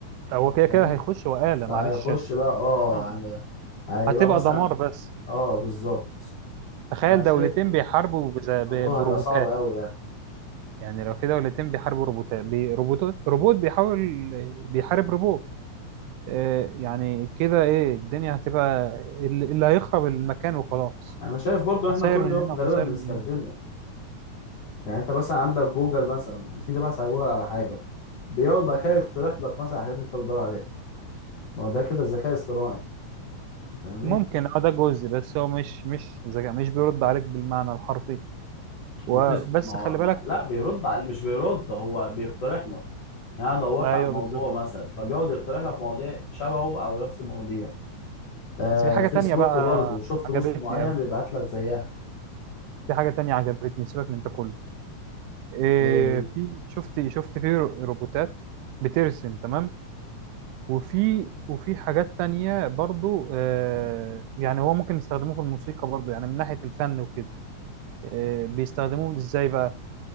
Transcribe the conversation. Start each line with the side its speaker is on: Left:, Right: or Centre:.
Right: هو كده كده
Left: فاهمني
Right: هيخش وآلة
Left: فهيخش
Right: معلش
Left: بقى اه
Right: آه.
Left: يعني هيبقى
Right: هتبقى
Left: مثلا
Right: دمار بس
Left: اه بالظبط
Right: تخيل
Left: انا شايف
Right: دولتين بيحاربوا بز- ب-
Left: الموضوع
Right: بروبوتات
Left: هيبقى صعب قوي يعني
Right: يعني لو في دولتين بيحاربوا روبوتات بي- روبوتات روبوت بيحاول بيحارب روبوت آه، يعني كده ايه الدنيا هتبقى اللي اللي هيخرب المكان وخلاص
Left: انا شايف برضو احنا
Right: خسائر
Left: كل
Right: من
Left: يوم
Right: هنا
Left: غالبا
Right: وخسائر
Left: بنستخدمه
Right: من هنا
Left: يعني انت مثلا عندك جوجل مثلا بتيجي تبحث على جوجل على حاجه بيقعد بقى كده يقترح لك مثلا حاجات انت بتدور عليها ما هو ده كده الذكاء الاصطناعي أنت فاهمني
Right: ممكن اه ده جزء بس هو مش مش ذكاء مش بيرد عليك بالمعنى الحرفي وبس
Left: وفيسبوك ما هو
Right: خلي
Left: ما
Right: بالك
Left: لا بيرد على مش بيرد هو بيقترح لك يعني انا دورت
Right: ايوه
Left: على الموضوع
Right: بالظبط
Left: مثلا فبيقعد يقترح لك مواضيع شبهه او نفس المواضيع آه
Right: بس في حاجه
Left: فيسبوك
Right: تانية بقى
Left: برضو شفت
Right: عجبتني
Left: بوست معين
Right: قوي
Left: بيبعت لك زيها
Right: في حاجه تانية عجبتني سيبك من ده كله إيه
Left: ايه هي
Right: في شفت شفت في رو- روبوتات بترسم تمام وفي وفي حاجات تانية برضو آه يعني هو ممكن يستخدموه في الموسيقى برضو يعني من ناحيه الفن وكده آه بيستخدموه ازاي بقى